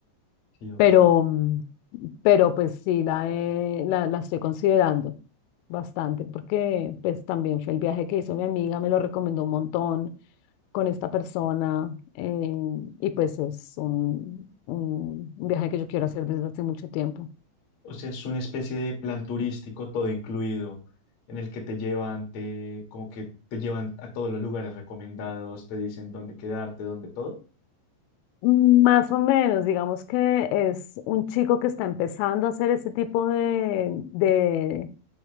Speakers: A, on the left; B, on the left.
A: sí, obvio.
B: pero, mm, pero pues sí la, he- la, la estoy considerando bastante, porque pues también fue el viaje que hizo mi amiga, me lo recomendó un montón con esta persona, eh, y pues es un, un un viaje que yo quiero hacer desde hace mucho tiempo.
A: O sea, es una especie de plan turístico todo incluido, en el que te llevan, te, como que te llevan a todos los lugares recomendados, te dicen dónde quedarte, dónde todo.
B: Más o menos, digamos que es un chico que está empezando a hacer ese tipo de, de,